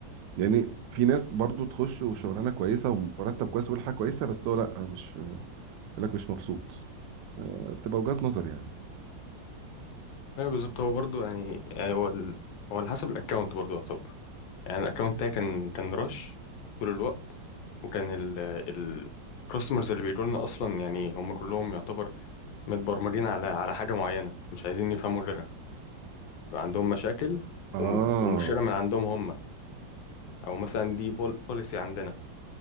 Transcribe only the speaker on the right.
يعني في ناس برضو تخش وشغلانه كويسه ومرتب كويس وكل حاجه كويسه بس هو لا مش يقول لك مش مبسوط آه، بتبقى وجهات نظر يعني
اه